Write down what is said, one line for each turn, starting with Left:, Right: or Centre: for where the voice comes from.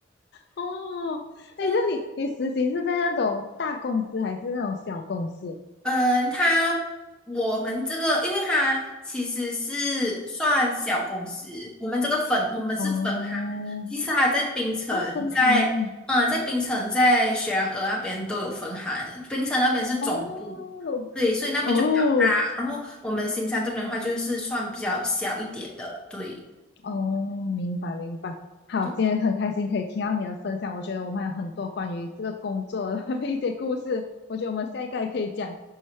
Left: 哦，哎，
Centre: <laughs>
Left: 那你你实习是在那种大公司还是那种小公司？
Centre: 嗯，他我们这个，因为他其实是算小公司，我们这个分我们是分行，
Left: 哦，
Centre: 其实他在槟城，
Left: 哦，分行，
Centre: 在嗯，在槟城在雪兰莪那边都有分行，槟城那边是总部，
Left: 哦，
Centre: 对，所以那边就比较大，
Left: 哦，
Centre: 然后我们新山这边的话就是算比较小一点的，对
Left: 哦，明白明白。好，
Centre: 对
Left: 今天很开心可以听到你的分享，我觉得我们还有很多关于这个工作的 <laughs> 一些故事，我觉得我们下一个也可以讲。